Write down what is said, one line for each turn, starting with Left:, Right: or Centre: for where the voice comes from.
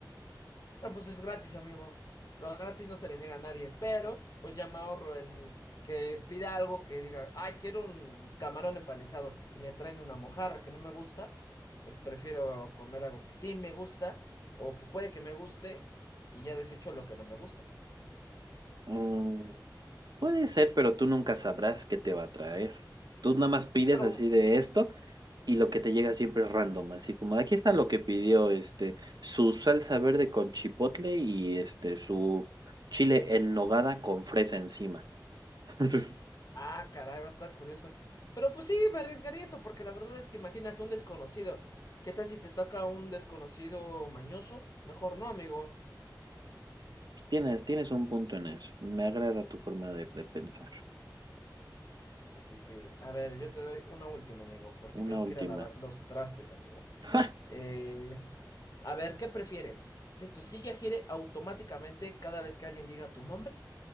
Left: Ah, pues es gratis, amigo. Lo gratis no se le niega a nadie, pero pues ya me ahorro el que pida algo que diga, ay, quiero un camarón empanizado y me traen una mojarra que no me gusta, pues prefiero comer algo que sí me gusta o que puede que me guste y ya desecho lo que no me gusta.
Right: Mm, Puede ser, pero tú nunca sabrás qué te va a traer. Tú nada más pides
Left: Pero,
Right: así de esto y lo que te llega siempre es random, así como aquí está lo que pidió este su salsa verde con chipotle y este su chile en nogada con fresa encima. <laughs>
Left: ah, caray, va a estar curioso. Pero pues sí, me arriesgaría eso porque la verdad es que imagínate un desconocido. ¿Qué tal si te toca un desconocido mañoso? Mejor no, amigo.
Right: Tienes, tienes un punto en eso. Me agrada tu forma de, de pensar.
Left: Sí, sí, sí. A ver, yo te doy una última, amigo, porque
Right: Una
Left: tengo
Right: última.
Left: que ir a lavar los trastes, amigo.
Right: ¡Ja!
Left: Eh, a ver, ¿qué prefieres? ¿Que tu silla gire automáticamente cada vez que alguien diga tu nombre?